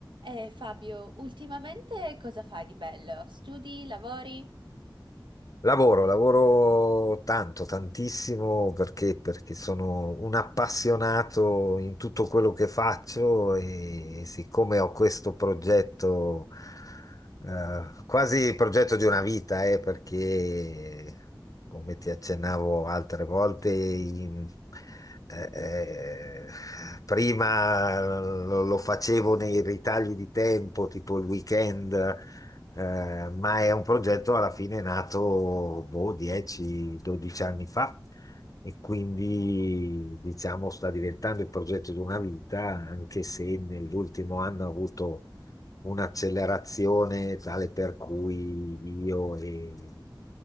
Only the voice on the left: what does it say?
Lavoro, lavoro tanto, tantissimo perché, perché sono un appassionato in tutto quello che faccio e siccome ho questo progetto, eh, quasi il progetto di una vita, eh, perché come ti accennavo altre volte, in- eh, eh, prima lo, lo facevo nei ritagli di tempo, tipo il weekend. Eh, ma è un progetto alla fine nato boh, 10-12 anni fa e quindi diciamo sta diventando il progetto di una vita, anche se nell'ultimo anno ha avuto un'accelerazione tale per cui io e